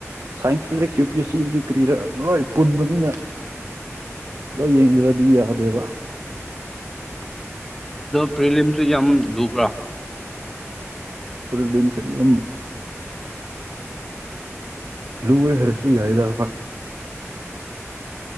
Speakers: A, on the right (about 85°); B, in the centre.
A: ꯁꯥꯏꯟꯁꯄꯖꯤꯦꯛ ꯌꯨ ꯄꯤ ꯑꯦꯁ ꯁꯤꯕꯨꯖꯤꯛ ꯀꯔꯤꯗ ꯂꯣꯏ ꯄꯨꯟꯕꯅꯤꯅ ꯂꯣꯏ ꯌꯦꯡꯗ꯭ꯔꯗꯤ ꯌꯥꯗꯦꯕ
B: ꯄ꯭ꯔꯦꯝꯁꯤ ꯌꯥꯝ ꯂ
A: ꯄꯨꯔꯂꯤꯂꯦꯝꯁꯨꯝ ꯂꯨꯋ ꯍꯔꯁꯨ ꯌꯥꯏꯗ